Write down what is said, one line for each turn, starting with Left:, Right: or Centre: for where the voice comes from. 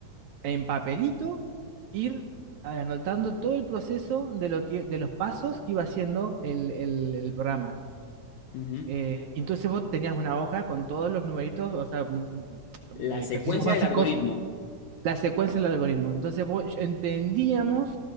Right: en papelito ir anotando todo el proceso de lo que, de los pasos que iba haciendo el, el- el programa.
Left: Ujú.
Right: Eh, entonces vos tenías una hoja con todos los numeritos, o sea, mm, mm,
Left: La
Right: ejercicios
Left: secuencia
Right: básicos
Left: del algoritmo.
Right: la secuencia del algoritmo. Entonces vos- entendíamos